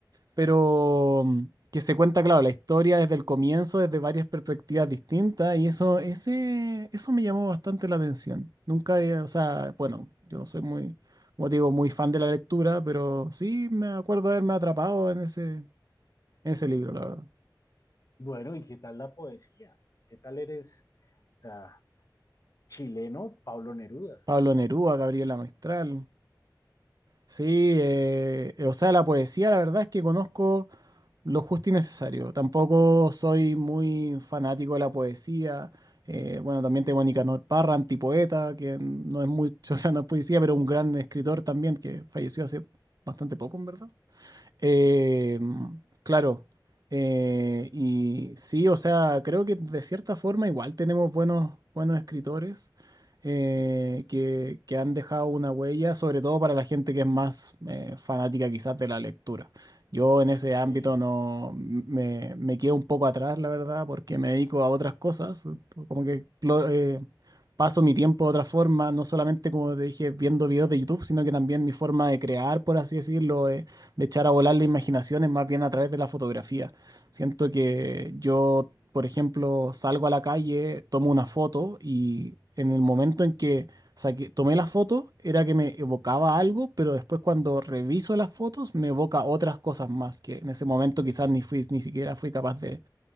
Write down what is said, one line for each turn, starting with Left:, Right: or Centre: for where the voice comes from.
Right: pero mm, que se cuenta, claro, la historia desde el comienzo, desde varias perspectivas distintas, y eso, ese, eso me llamó bastante la atención. Nunca, he- o sea, bueno, yo no soy muy, como te digo, muy fan de la lectura, pero sí me acuerdo de haberme atrapado en ese, en ese libro, la verdad.
Left: Bueno, ¿y qué tal la poesía? ¿Qué tal eres o sea, chileno Pablo Neruda?
Right: Pablo Neruda, Gabriela Mistral. Sí, eh, eh, o sea, la poesía, la verdad es que conozco. lo justo y necesario. Tampoco soy muy fanático de la poesía. Eh, bueno, también tengo a Nicanor Parra, antipoeta, que no es mucho, <laughs> o sea, no es poesía, pero un gran escritor también que falleció hace bastante poco, en verdad. Eh, claro. eh, y sí, o sea, creo que de cierta forma igual tenemos buenos, buenos escritores eh, que, que han dejado una huella, sobre todo para la gente que es más eh, fanática quizás de la lectura. Yo en ese ámbito
Left: Sí,
Right: no me, me quedo un poco atrás, la verdad, porque me dedico a otras cosas, como que lo- eh, paso mi tiempo de otra forma, no solamente como te dije, viendo videos de YouTube, sino que también mi forma de crear, por así decirlo, eh, de echar a volar la imaginación es más bien a través de la fotografía. Siento que yo, por ejemplo, salgo a la calle, tomo una foto y en el momento en que saqué- tomé la foto era que me evocaba algo, pero después cuando reviso las fotos me evoca otras cosas más que en ese momento quizás ni fui, ni siquiera fui capaz de,